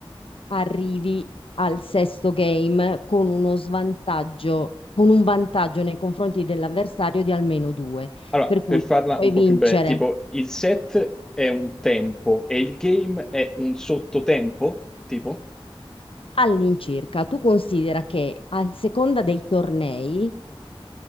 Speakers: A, on the left; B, in the centre.
A: arrivi al sesto game con uno svantaggio, con un vantaggio nei confronti dell'avversario di almeno due,
B: allora
A: per cui
B: per farla
A: puoi
B: un po'
A: vincere
B: più breve, tipo il set è un tempo e il game è un sottotempo? Tipo?
A: all'incirca. Tu considera che a seconda dei tornei